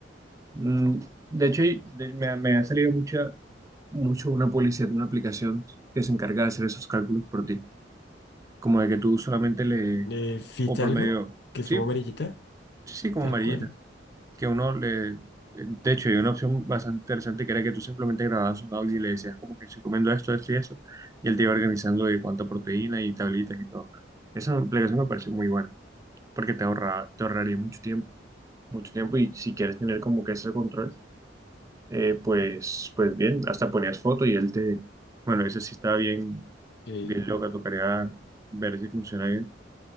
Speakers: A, on the right; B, on the left.
A: Mm, De hecho, y- de- me, ha- me ha salido mucha, mucho una publicidad de una aplicación que se encarga de hacer esos cálculos por ti. Como de que tú solamente le,
B: Eh, fit
A: o por
B: algo,
A: medio,
B: que es
A: sí,
B: como amarillita,
A: sí, sí, como
B: tal
A: amarillita,
B: cual,
A: que uno le, de hecho, hay una opción bastante interesante que era que tú simplemente grababas un audio y le decías como que se comiendo esto, esto y eso, y él te iba organizando de cuánta proteína y tablitas y todo. Esa aplicación me pareció muy buena, porque te ahorra, te ahorraría mucho tiempo, mucho tiempo, y si quieres tener como que ese control, eh, pues, pues bien, hasta ponías foto y él te, bueno, ese sí estaba bien
B: que
A: bien loca, tocaría ver si funciona bien.